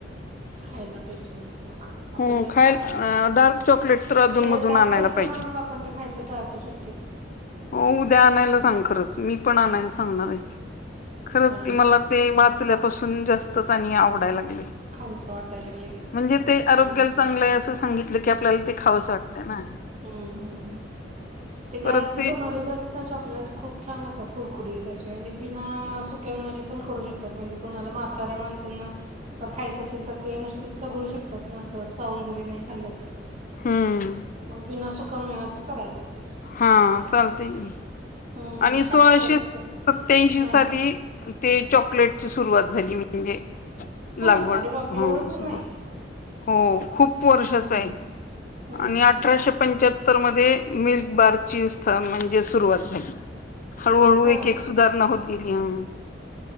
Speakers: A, on the right (about 40°); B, on the left (about 50°).
A: खायला पाहिजे, म्हणजे मग. आपण
B: हो
A: काय
B: खायला
A: खात नाही.
B: डार्क चॉकलेट तर अधूनमधून
A: ते दात
B: आणायला
A: कीडत ते.
B: पाहिजे
A: म्हणून आपण, ते खायचं टाळतो शक्यतो.
B: हो, उद्या आणायला सांग, खरंच. मी पण आणायला सांग सांगणारय. खरच
A: हा
B: मला
A: हा
B: ते, वाचल्यापासून जास्तच आणि आवडाय लागले.
A: खाऊस वाटायला लागले काय
B: म्हणजे ते आरोग्याला
A: हम्म
B: चांगलंय. असं सांगितलं की, आपल्याला ते खावंस वाटतंय ना.
A: हम्म, हम्म, हम्म. ते घरात
B: परत ते
A: जे बनवलेले असत चॉकलेट खूप छान लागतात. कुडकुडीत असे. आणि बिना, सुक्या मेव्याचे पण करू शकतात. म्हणजे कुणाला म्हाताऱ्या माणसांना जर खायचं असेल तर, ते नुसतच चगळू शकतात ना. असं चावून जरी, नाही खाल्लं तर.
B: हम्म.
A: मग बिना, सुकामेव्याच करायचं ते.
B: हा, चालतय की.
A: हम्म
B: आणि सोळाशे
A: छान लागतात
B: स
A: खरखत
B: सत्याऐंशी
A: हा
B: साली ते चॉकलेटची सुरुवात झाली. म्हणजे,
A: होय
B: लागवड.
A: अरे बाप
B: हं.
A: एवढं
B: असं
A: जुन आहे
B: <unintelligible> हो खूंप वर्षीच
A: हम्म
B: आहे
A: हम्म
B: आणि अठराशे पंच्याहत्तर तरं मध्यें मिल्क बांर ची स्थान म्हणजे सुरुवांत झालीं हळूहळू
A: होय
B: एक एक सुधांरणा होतं गेली मंग